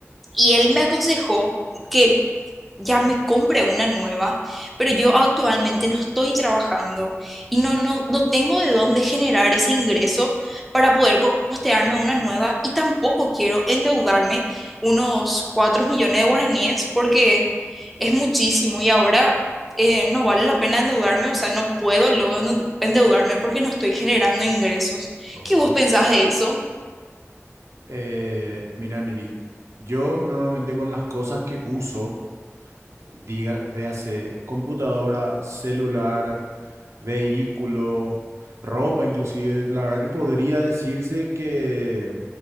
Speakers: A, in the centre; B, on the right (about 75°).
A: Y él me aconsejó que ya me compre una nueva, pero yo actualmente no estoy trabajando y no, no, no tengo de dónde generar ese ingreso para poder co- costearme una nueva y tampoco quiero endeudarme unos 4 millones de guaraníes porque es muchísimo y ahora eh, no vale la pena endeudarme, o sea, no puedo luego endeud- endeudarme porque no estoy generando ingresos.
B: ok.
A: ¿Qué vos pensás de eso?
B: Eh, mira, Neri, yo normalmente con las cosas que uso, diga, véase computadora, celular, vehículo, ropa, inclusive, la verdad que podría decirse que